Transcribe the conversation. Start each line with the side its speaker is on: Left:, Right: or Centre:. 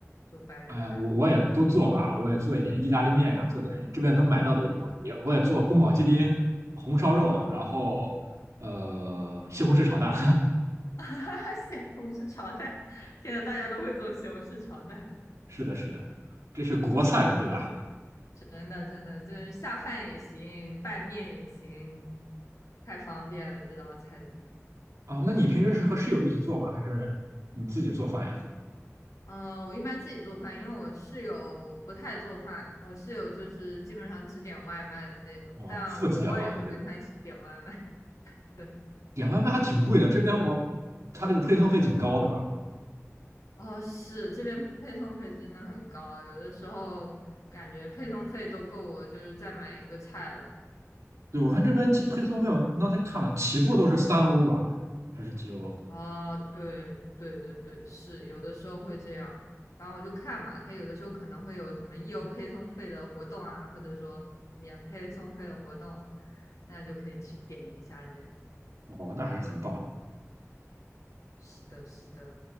Left: 就白人饭？
Right: 哎呀，我我也都做吧，我也做一点意大利面呀，做点这边能买到的一些东西，也我也做宫保鸡丁、红烧肉，
Left: 哇，
Right: 然后呃西红柿炒蛋。
Left: <laughs> 西红柿炒蛋！天呐，大家都会做西红柿炒蛋，
Right: 是的，是的，这是国菜嘛，对吧？
Left: <laughs> 真的真的就是下饭也行，拌面也行，太方便了这道菜真的。
Right: 哦，那你平时是和室友一起做吗？还是你自己做饭呀？
Left: 嗯，我一般自己做饭，因为我室友不太做饭，我室友就是基本上只点外卖的那种，
Right: 哦，
Left: 但我偶尔也会跟他一起点外卖。
Right: 富姐嘛，这个是
Left: <laughs> 对。
Right: 点外卖还挺贵的，这边我他这个配送费挺高的吧？
Left: 哦，是，这边配送费真的很高，有的时候感觉配送费都够我就是再买一个菜了。
Right: 对，我看这边起配送费，我那才看了，起步都是三欧吧，还是几欧？
Left: 啊，对对对对，是，有的时候会这样。反正我就看嘛，他有的时候可能会有什么义优配送费的活动啊，或者说免配送费的活动啊，那就可以去点一下这样。
Right: 哦，那还是很棒的。
Left: 是的，是的，